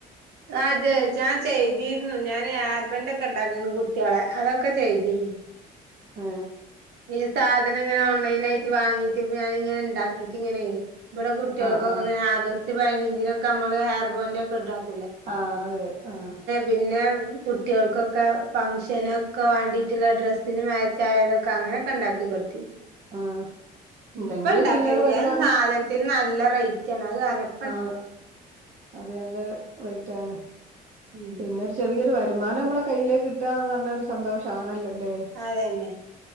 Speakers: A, on the right; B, on the right.
A: ആ അതെ ഞാൻ ചെയ്തിരുന്നു ഞാന് ഹേർബാന്റൊക്കെ ഉണ്ടാക്കിരുന്നു കുട്ടിളെ അതൊക്കെ ചെയ്തിരുന്നു
B: ഏ
A: ഈ സാധനങ്ങൾ ഓൺലൈനായിട്ട് വാങ്ങീട്ട് ഞാനിങ്ങനെ ഉണ്ടാക്കീട്ടിങ്ങനെ ഇബടെ കുട്ടികൾക്കൊക്കെ
B: ആഹ് ആഹ്
A: ഇങ്ങനെ ആഗസ്റ്റ് പയിനഞ്ചിനൊക്കെ അമ്മള് ഹെർബാൻഡ് ഒക്കെ ഉണ്ടാക്കൂല്ലേ.
B: ആഹ് അതെ ആഹ്
A: പിന്നെ കുട്ടികൾക്കൊക്കെ ഫംഗ്ഷനൊക്കെ വേണ്ടിട്ടുള്ള ഡ്രെസിന് മാച്ച് ആയതൊ ക്ക അങ്ങനൊക്കെ ഉണ്ടാക്കി കൊടുത്തി
B: ആഹ്
A: ഉം
B: എന്തെങ്കിലും
A: ഇപ്പ ഇണ്ടാക്കലില്ല
B: ചില്ലറ വരുമാനം
A: അയിന് സാധന ത്തിനു നല്ല റേറ്റാണ് അത്കാരണം
B: ആഹ് അത് നല്ല റേറ്റ് ആണ്.
A: ഉം
B: പിന്നെ ഒരു ചെറിയൊരു വരുമാനം മ്മളെ കയ്യിലേക്ക് കിട്ടുകാന്ന് പറഞ്ഞ ഒരു സന്തോഷണല്ലോല്ലേ.
A: അതന്നെ